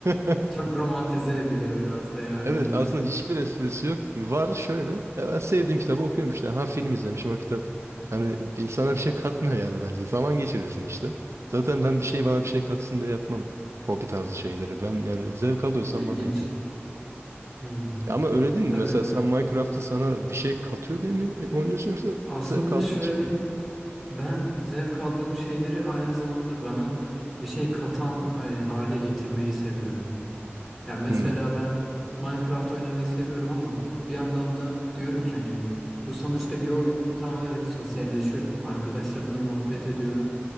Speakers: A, on the right; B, in the centre.
A: <laughs>
B: çok romantize ediliyor biraz da ya.
A: Evet
B: Hani
A: aslında hiçbir esprisi yok. Var şöyle. Ya ben sevdiğim kitabı okuyorum işte. Ha film izlemişim o kitap. Hani insana bir şey katmıyor yani bence. Zaman geçirirsin işte. Zaten ben bir şey bana bir şey katsın diye yapmam. Hobi tarzı şeyleri. Ben yani zevk alıyorsam
B: İlginç.
A: bana yetiyor.
B: Hmm.
A: Ya Ama öyle değil mi?
B: Tabii.
A: Mesela sen Minecraft'ı sana bir şey katıyor diye mi oynuyorsun yoksa
B: Aslında
A: zevk aldığın
B: şöyle
A: için mi?
B: ben zevk aldığım şeyleri aynı zamanda bana bir şey katan ha- hale getirmeyi seviyorum. Ya mesela
A: Hı
B: ben Minecraft oynamayı seviyorum ama bir yandan da diyorum ki hani bu sonuçta bir oyun. Tamam evet sosyalleşiyorum. Arkadaşlarımla muhabbet ediyorum